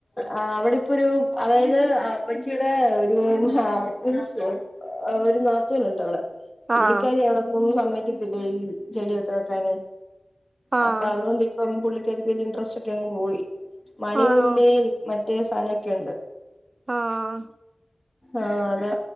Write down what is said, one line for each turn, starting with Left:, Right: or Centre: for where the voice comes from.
Left: ആ അവിടെപ്പൊരു അതായത് അപ്പച്ചിയുടെ ഒരു ആ ഉൽത്സോം ആഹ് ഒര് നാത്തൂന്ണ്ട് അവിടെ പുള്ളിക്കാരി
Right: ആഹ്
Left: അവിടൊന്നും സമ്മയ്ക്കത്തില്ല ഈ ചെടിഓക്കെ വെക്കാനെ
Right: ആഹ്
Left: അപ്പ അതുകൊണ്ട് ഇപ്പം പുള്ളിക്കാരിക്കോര് ഇൻട്രസ്റ്റ് ഒക്കെ അങ്ങ് പോയി മണിമുല്ലേയും
Right: ആണോ
Left: മാ റ്റെ സാനൊക്കെ ഉണ്ട്
Right: ആഹ്
Left: ആഹ് അതാ